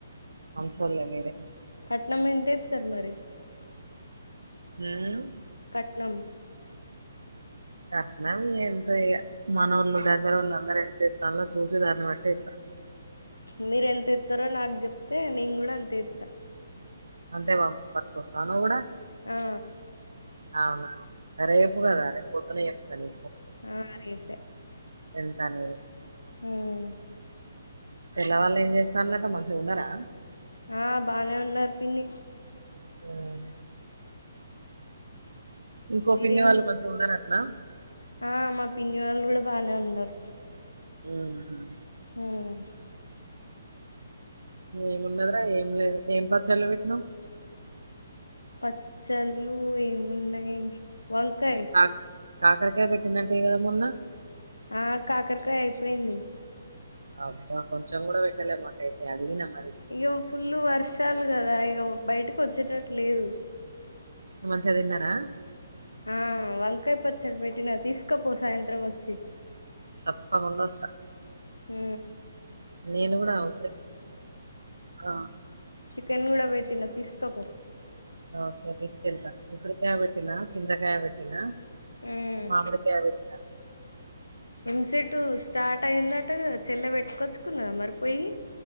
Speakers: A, on the right; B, on the left.
A: మంచోల్లే మీరే
B: కట్నం ఏంత ఇత్తరు మరి
A: ఉం
B: కట్నం
A: కట్నం ఎంతో ఇగ మన వాళ్ళు దగ్గర వాళ్ళు అందరూ ఎంత ఇస్తాలో చూసి దాన్ని బట్టి ఇత్త
B: మీర ఎంత ఇత్తరో నాకు చెప్తే నేను కూడా అంతే ఇస్తా
A: అంతే పట్టుకొస్తావా నువ్వు కూడా
B: ఆ
A: అవునా రేపు కదా రేపు పొద్దున్నే చెప్తాలే
B: అవును రేపే
A: ఎంత అనేది
B: ఉం
A: పిల్ల వాళ్ళు ఏం చేస్తురన్నట మంచిగ ఉన్నరా
B: ఆ బాగానే ఉన్నారు పిన్ని
A: ఉం ఇంకో
B: మీరేం
A: పిన్ని వాళ్ళు మంచిగ ఉన్నారటనా
B: ఆ మా పిన్ని వాళ్ళు కూడా బాగానే ఉన్నారు
A: హూ హమ్
B: ఉం
A: ఏమిండదరా ఏం లేదు ఏం పచ్చళ్ళు పెట్టినవ్
B: పచ్చళ్ళు ఏమున్నాయి వంకాయ
A: కా కాకరకాయ పెట్టిందంటివి కధ మొన్న
B: ఆ కాకరకాయ అయిపోయింది
A: అబ్బా కొంచెం కూడా పెట్టలే మాకైతే అడిగిన మరి
B: ఇగ ఫుల్ వర్షాలు కదా ఇగ బయటకి వచ్చేటట్టు లేదు
A: మంచిగ తిన్నారా
B: ఆ వంకాయ పచ్చడి పెట్టినా తీసుకపో సాయంత్రం వచ్చి
A: తప్పకుండా వస్తా
B: ఉ
A: నేను కూడా అవుత అ అ
B: చికెన్ కూడా పెట్టినా తీసుకపో
A: ఓకే తీసుకెళ్తా ఉసిరికాయ పెట్టినా, చింతకాయ పెట్టినా
B: ఉ
A: మామిడికాయ పెట్టినా
B: ఎంసటు స్టార్ట్ అయిందట కాద చెల్లె పెట్టుకొచ్చుకున్నాదా మరిపోయి